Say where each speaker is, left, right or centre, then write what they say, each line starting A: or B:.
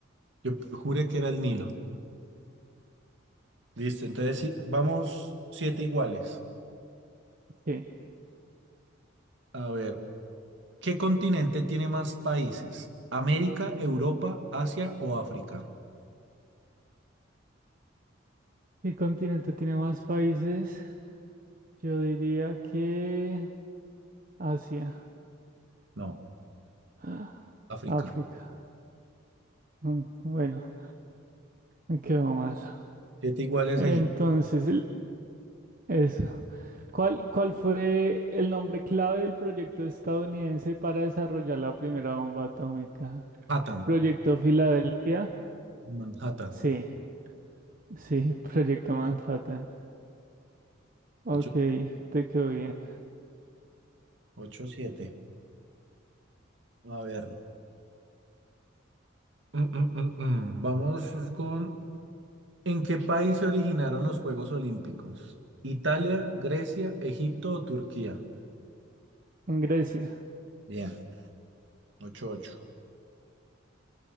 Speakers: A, on the right; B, on the right.
A: yo juré que era el Nilo. Listo, entonces sí, vamos siete iguales.
B: Sí.
A: A ver, ¿qué continente tiene más países? ¿América, Europa, Asia o África?
B: ¿Qué continente tiene más países? Yo diría que Asia,
A: No,
B: <gasps>
A: África.
B: África. Mm, Bueno, me quedo más.
A: Siete iguales
B: Entonces,
A: seguidos.
B: el- eso. ¿Cuál, cuál fue el nombre clave del proyecto estadounidense para desarrollar la primera bomba atómica?
A: Manhattan.
B: ¿Proyecto Filadelfia?
A: Manhattan.
B: Sí, sí, <laughs> Proyecto Manhattan. Ok,
A: Ocho,
B: te quedó bien.
A: ocho, siete. A ver. Mm, mm, mm, mm. Vamos con... ¿En qué país se originaron los Juegos Olímpicos? ¿Italia, Grecia, Egipto o Turquía?
B: En Grecia.
A: <laughs> Bien, ocho, ocho.